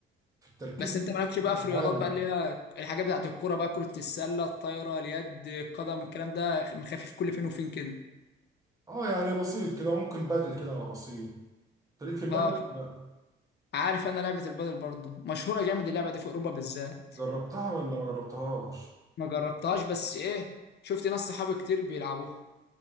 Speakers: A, on the right; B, on the left.
A: في التركيز
B: بس
A: بتاعك
B: انت مالكش بقى في رياضات
A: عالي
B: بقى اللي هي الحاجات بتاعت الكوره بقى كره السله الطايره اليد القدم الكلام ده بنخفف كل فين وفين كده
A: اه يعني بسيط كده ممكن بدل كده على بسيط أنت ليك في البدل
B: اه
A: لا
B: عارف انا لعبه البادل برضه مشهوره جامد اللعبه دي في اوروبا بالذات
A: جربتها ولا ما جربتهاش
B: ما جربتهاش بس ايه شفت ناس صحابي كتير بيلعبوها